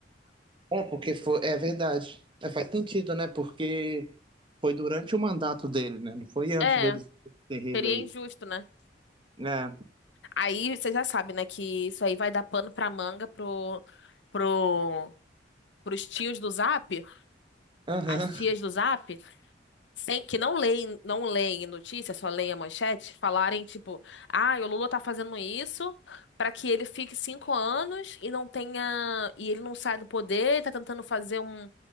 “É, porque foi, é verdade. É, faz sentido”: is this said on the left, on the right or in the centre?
Right